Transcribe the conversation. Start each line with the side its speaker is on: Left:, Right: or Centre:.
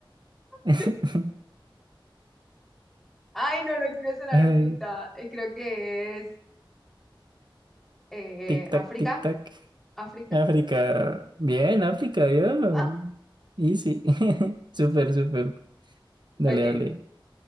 Centre: <laughs>
Right: <laughs>
Centre: Ay, no, no quiero sonar
Right: Ay,
Centre: bruta. Eh, Creo que es eh,
Right: tic-tac,
Centre: África,
Right: tic-tac.
Centre: África.
Right: África.
Centre: <laughs>
Right: Bien, África, yo.
Centre: Ah,
Right: Easy. <laughs> Súper, súper. Dale,
Centre: ok,
Right: dale.